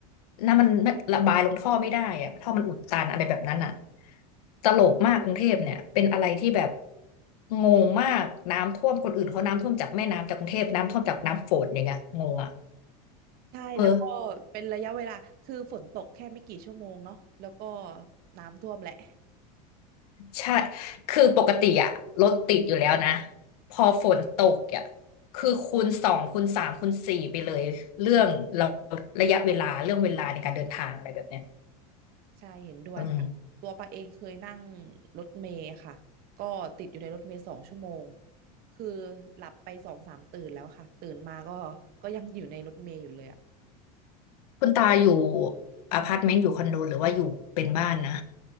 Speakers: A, on the left; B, on the right.
A: น้ำมันระบายลงท่อไม่ได้อะท่อมันอุดตันอะไรแบบนั้นอะตลกมากกรุงเทพเนี่ยเป็นอะไรที่แบบงงมากน้ำท่วมคนอื่นเขาน้ำท่วมจากแม่น้ำจากกรุงเทพน้ำท่วมจากน้ำฝนอย่างเงี้ยงงอะ
B: ใช่แล้วก็เป็นระยะเวลาคือฝนตกแค่ไม่กี่ชั่วโมงเนาะแล้วก็
A: เออ
B: น้ำท่วมแหละ
A: ใช่คือปกติอะรถติดอยู่แล้วนะพอฝนตกอะคือคูณสองคูณสามคูณสี่ไปเลยเรื่องเราระยะเวลาเรื่องเวลาในการเดินทางอะไรแบบเนี้ย
B: ใช่เห็นด้วยค่ะตัวปาเองเคยนั่ง
A: อืม
B: รถเมล์ค่ะก็ติดอยู่ในรถเมล์สองชั่วโมงคือหลับไปสองสามตื่นแล้วค่ะตื่นมาก็ก็ยังอยู่ในรถเมล์อยู่เลยอะ
A: คุณตาอยู่อพาร์ตเมนต์อยู่คอนโดหรือว่าอยู่เป็นบ้านนะ